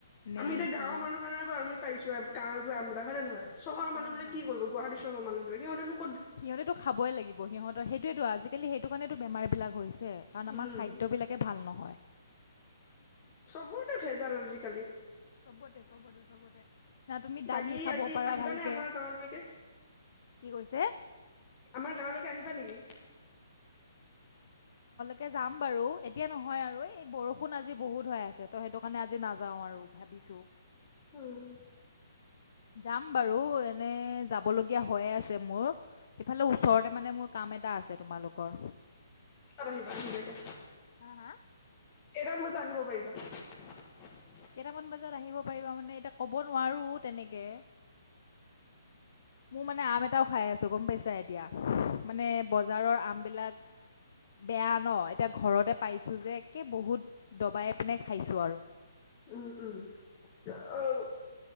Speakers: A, on the left; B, on the left.
A: নে
B: আমি এতিয়া গাৱৰ
A: কি
B: মানুহ কাৰনে বাৰু আমি পাইছোঁ আৰ গাঁৱৰ আম বিলাক হয়নে নহয়? চহৰৰ মানুহ
A: হয়
B: বিলাকে
A: হয়
B: কি কৰিব, গুৱাহাটী চহৰৰ মানুহ বিলাক সিহঁতে নো
A: সিহঁতেতো খাবই লাগিব, সিহঁতৰ সেইটোৱেতো আজিকালি সেইটো কাৰণে তো বেমাৰ বিলাক হৈছে, কাৰণ আমাৰ
B: উম
A: খাদ্য বিলাকে ভাল নহয়।
B: চবতে ভেজাল আজিকালি।
A: চবতে চবতে চবতে না তুমি দালি
B: বাকী
A: খাব
B: আজি
A: পাৰা
B: আহিবানে
A: ভালকে
B: আমাৰ গাঁৱলৈকে
A: কি কৈছে?
B: আমাৰ গাঁৱলৈকে আহিবা নেকি?
A: কে যাম বাৰু এতিয়া নহয় আৰু, এই বৰষুণ আজি বহুত হৈ আছে ত' সেইটো কাৰণে আজি নাযাওঁ আৰু। ভাবিছো
B: অ'।
A: যাম বাৰু এনে যাবলগীয়া হয়য়ে আছে, মোৰ সেইফালে ওচৰতে মানে মোৰ কাম এটা আছে তোমালোকৰ।
B: ৰিবা নিিলেকে <unintelligible>
A: হা হা
B: কেইটা মান বজাত আহিব পাৰিবা।
A: কেইটামান বজাত আহিব পাৰিবা মানে এতিয়া ক'ব নোৱাৰো তেনেকে মোৰ মানে আম এটাও খাই আছো গ'ম পাইছা। এতিয়া মানে বজাৰৰ আমবিলাক বেয়া ন, এতিয়া ঘৰতে পাইছোঁ যে একে বহুত দবাই পিনে খাইছোঁ আৰু।
B: উম উম। অ'।